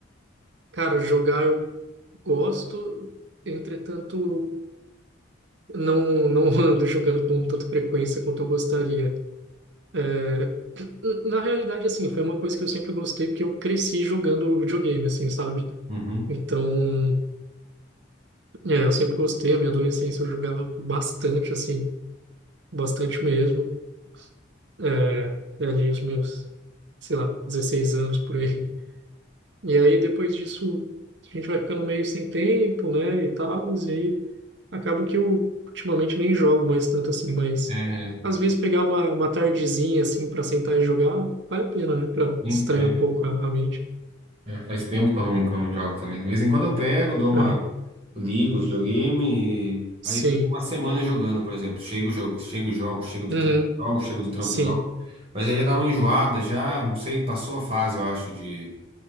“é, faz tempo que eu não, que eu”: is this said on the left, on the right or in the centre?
Right